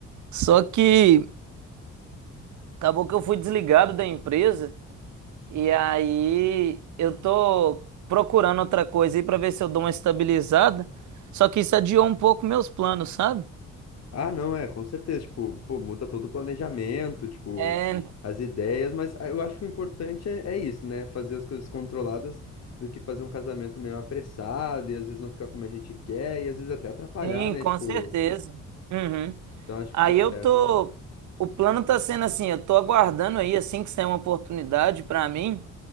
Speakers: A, on the right; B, on the left.
A: Só que acabou que eu fui desligado da empresa e aí eu tô procurando outra coisa aí pra ver se eu dou uma estabilizada. Só que isso adiou um pouco meus planos, sabe?
B: Ah, não, é, com certeza, tipo, pô, muda todo o planejamento, tipo,
A: É,
B: as ideias, mas ah, eu acho que o importante é, é isso, né? Fazer as coisas controladas do que fazer um casamento meio apressado e às vezes não ficar como a gente quer e às vezes até atrapalhar,
A: Sim,
B: né?
A: com
B: Tipo,
A: certeza. Uhum.
B: então acho
A: Aí
B: que fez certo.
A: eu tô. O plano tá sendo assim, eu tô aguardando aí, assim que sair uma oportunidade para mim,